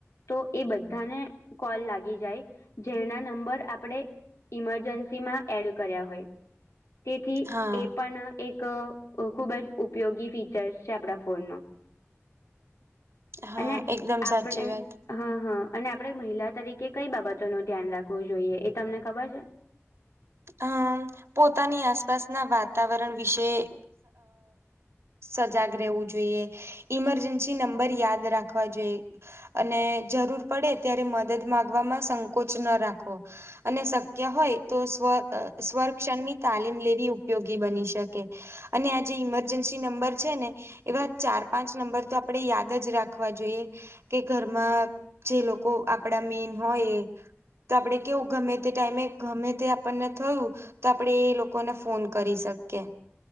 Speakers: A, on the left; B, on the right.
A: તો એ બધાને કોલ લાગી જાય જેના નંબર આપણે ઇમરજન્સીમાં એડ કર્યા હોય. તેથી
B: હા,
A: એ પણ એક ખુબ જ ઉપયોગી ફીચરસ આપણા ફોન નો
B: હા,
A: અને
B: એકદમ
A: આપણે
B: સાચી વાત.
A: હા હા અને આપણે મહિલા તરીકે કઈ બાબતો નું ધ્યાન રાખવું જોઈએ એ તમને ખબર છે.
B: હમ, પોતાની આસપાસના વાતાવરણ વિશે સજાગ રહેવું જોઈએ ઈમરજન્સી નંબર યાદ રાખવા જોઈએ અને જરૂર પડે ત્યારે મદદ મામાંગવામાં સંકોચ ન રાખવો અને શક્ય હોય, તો સ્વ સ્વરક્ષણની તાલીમ લેવી ઉપયોગી બની શકે અને આ જે ઈમરજન્સી નંબર છેને. એવા ચાર પાંચ નંબર તો આપણે યાદ જ રાખવા જોઈએ. કે ઘરમાં જે લોકો આપડા મેન હોય એ તો આપડણે કેવું ગમે તે ટાઈમે ગમે તે આપણને થયું તો આપડે એ લોકોને ફોન કરી શકીએ.